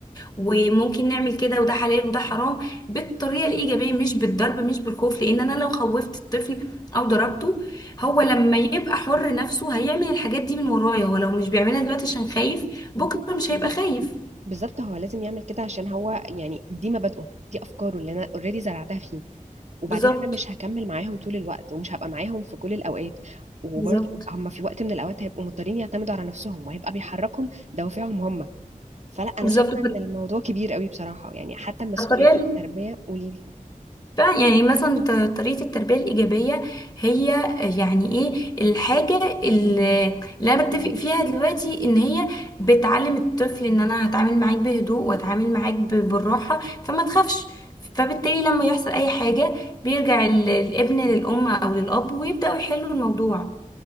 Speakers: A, on the left; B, on the right.
A: وممكن نعمل كده وده حلال وده حرام بالطريقة الإيجابية مش بالضرب مش بالخوف لان انا لو خوفت الطفل او ضربته هو لما يبقى حر نفسه هيعمل الحاجات دي من ورايا ولو مش بيعملها دلوقتي عشان خايف بكرة مش هيبقى خايف
B: بالظبط هو لازم يعمل كده عشان هو يعني دي مبادئه دي افكاره اللي انا اوريدي زرعتها فيه وبعدين
A: بالظبط
B: انا مش هكمل معاهم طول الوقت ومش هبقى معاهم في كل الاوقات وبرضه
A: بالظبط
B: هم في وقت من الاوقات هيبقوا مضطرين يعتمدوا على نفسهم وهيبقى بيحركهم دوافعهم هم فلا انا
A: بالظبط
B: شايفه ان الموضوع كبير قوي بصراحه يعني حتى مسؤوليه
A: الطريقة
B: التربيه قولي
A: فيعني مثلا ط- طريقة التربية الإيجابية هي يعني إيه الحاجة اللي اللي أنا بتفق فيها دلوقتي إن هي بتعلم الطفل إن أنا هتعامل معاك بهدوء وأتعامل معاك ب- بالراحة فما تخافش فبالتالي لما يحصل أي حاجة بيرجع ال- الابن للأم أو للأب ويبدأوا يحلوا الموضوع